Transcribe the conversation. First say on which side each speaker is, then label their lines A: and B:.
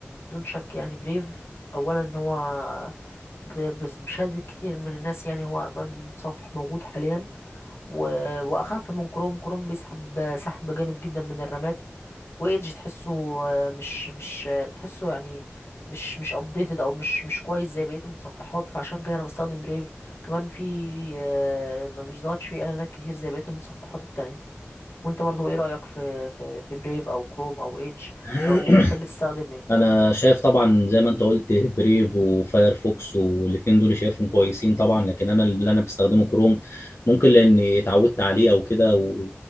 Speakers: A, on the left (about 70°); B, on the left (about 80°).
A: دون شك يعني بريف اولا هو ب- بس- بشهادة كتير من الناس يعني هو أمن صفح موجود حاليا و... وأخف من كروم كروم بيسحب سحب جامد جدا من الرامات وإيدج تحسه آه، مش مش آه، تحسه يعني مش مش ابديتد او مش مش كويس زي بقيه المتصفحات فعشان كده انا بستخدم بريف كمان في آه، ما بيظهرش فيه اعلانات كتير زي بقيه المتصفحات التانية وانت برضو ايه رأيك في في في بريف او كروم او ايدج
B: <coughs>
A: او بتحب تستخدم ايه
B: انا شايف طبعا زي ما انت قلت بريف وفايرفوكس والاتنين دول شايفهم كويسين طبعا لكن انا اللي انا بستخدمه كروم ممكن لاني اتعودت عليه او كده و...